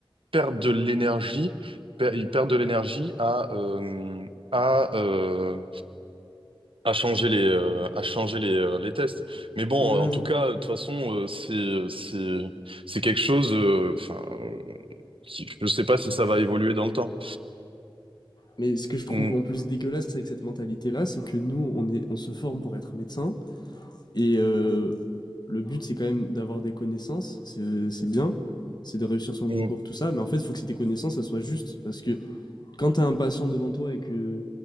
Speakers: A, on the right; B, on the left.
A: perdent de l'énergie, per- ils perdent de l'énergie à, euh, à, euh, à changer les euh, à changer les, euh, les tests. Mais bon,
B: hmm,
A: en tout
B: ouais.
A: cas, de toute façon, euh, c'est c'est c'est quelque chose. euh, Enfin, euh, qui- je sais pas si ça va évoluer dans le temps.
B: Mais ce que je trouve
A: Mm,
B: en plus dégueulasse avec cette mentalité-là, c'est que nous, on est, on se forme pour être médecin. Et euh, le but, c'est quand même d'avoir des connaissances. C'est c'est bien. C'est de réussir son
A: mm,
B: concours, tout ça. Mais en fait, il faut que tes connaissances, elles soient justes. Parce que quand t'as un patient devant toi et que